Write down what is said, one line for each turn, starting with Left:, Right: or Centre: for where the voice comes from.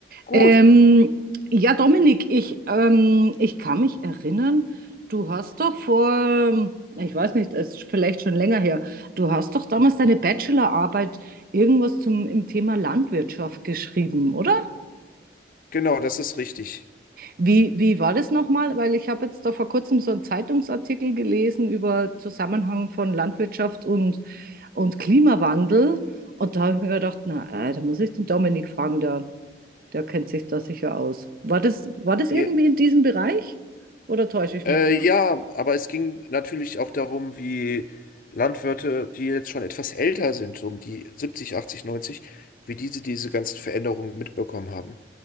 Left: Gut,
Right: Ähm, ja, Dominik, ich, ähm, ich kann mich erinnern, du hast doch vor, ich weiß nicht, es ist vielleicht schon länger her, du hast doch damals deine Bachelorarbeit irgendwas zum, im Thema Landwirtschaft geschrieben, oder?
Left: genau, das ist richtig.
Right: Wie, wie war das nochmal? Weil ich habe jetzt da vor kurzem so einen Zeitungsartikel gelesen über Zusammenhang von Landwirtschaft und, und Klimawandel. Und da habe ich mir gedacht, na, äh, da muss ich den Dominik fragen, der, Der kennt sich da sicher aus. War das, war das
Left: Ja,
Right: irgendwie in diesem Bereich? Oder täusche ich
Left: äh,
Right: mich da?
Left: ja, aber es ging natürlich auch darum, wie Landwirte, die jetzt schon etwas älter sind, so um die 70, 80, 90, wie diese diese ganzen Veränderungen mitbekommen haben.